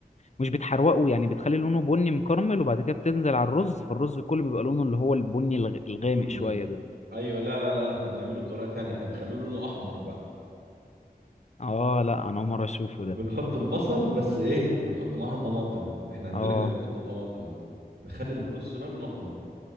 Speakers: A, on the left; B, on the right.
A: مش بتحروقه يعني بتخلي لونه بني مكرمل وبعد كده بتنزل على الرز فالرز كله بيبقى لونه اللي هو البني الغ... الغامق
B: البني
A: شوية ده
B: ايوه لا لا لا احنا بنعمله بطريقه تانية احنا بنخليه لونه احمر بقى
A: اه لا انا اول مرة اشوفه ده
B: بنحط البصل بس ايه بنحط معاها طماطم احنا عندنا
A: اه
B: احنا بنحط طماطم بقى بخلي الرز بقى لونه احمر